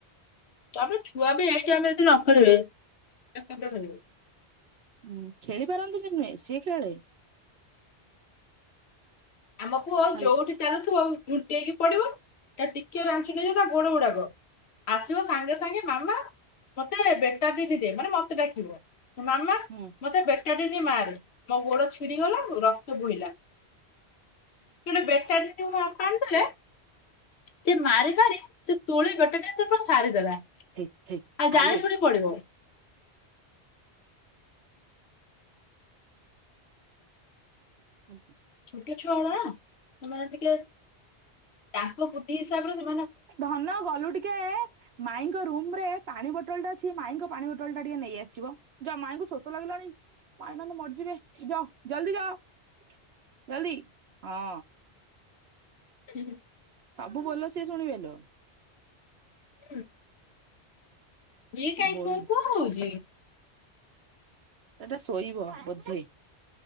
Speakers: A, on the left; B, on the right.
A: ତା ବି ଛୁଆ ବି ଏଇଠି ଆମେ ଯଦି ନଖେଳିଲେ ସେ କେମିତି ଖେଳିବ
B: ହୁଁ ଖେଳି ପାରନ୍ତିନି ନୁହେଁ ସିଏ ଖେଳେ
A: ଆମ ପୁଅ
B: ହାଲ
A: ଯୋଉଠି ଚାଲୁଥିବ ଝୁଣ୍ଟେଇ କି ପଡିବ ତା ଟିକେ ରାଞ୍ଚୁନଯ ତା ଗୋଡ ଗୁଡାକ ଆସିବ ସାଙ୍ଗେ ସାଙ୍ଗେ ମାମା ମତେ ବେଟ ଟିକ ଦେ ମାନେ ମତେ ଡାକିବ। ମାମା
B: ହୁଁ
A: ମତେ ବେଟାଟିନ ମାର ମୋ ଗୋଡ ଛିଡିଗଲା ରକ୍ତ ବୋହିଲା। ଗଟେ ବେଟାଟିନ ମୋ ବାପା ଆଣିଥିଲେ <inaudible> ସେ ମାରି ପାରି ସେ ତୋଳି ବେଟରେ ସାରିଦେଲା ଆଉ
B: ହେଇ ହେଇ ଖାଇଦେ
A: ଜାଣି ଶୁଣି ପଡିବ
B: ହୁଁ।
A: ଟିକେ ଛୁଆ ନା ସେମାନେ ଟିକେ ତାଙ୍କ ବୁଦ୍ଧି ହିସାବରେ ସେ
B: ଧନ ଗଲୁ ଟିକେ ମାଇଙ୍କ ରୁମରେ ପାଣି ବଟ ପଟା ଅଛି ମାଇଙ୍କ ପାଣି ବୋଟଲ ଟା ଟିକେ ନେଇ ଆସିବ ଯ ମାଇଙ୍କୁ ଶୋଷ ଲାଗିଲାଣି ମାଇ ନହଲେ ମରିଯିବେ ଯ ଜଲଦି ଯାଅ ଜଲଦି ହଁ
A: ହୁଁ।
B: ସବୁ ବୋଲ ସିଏ ଶୁଣିବେ ଲୋ
A: ହୁଁ। ଏ କାଇଁ
B: ବୋଲ
A: କ କଣ ହଉଛି,
B: ସେଟା ଶୋଇବ ବୋଧେଇ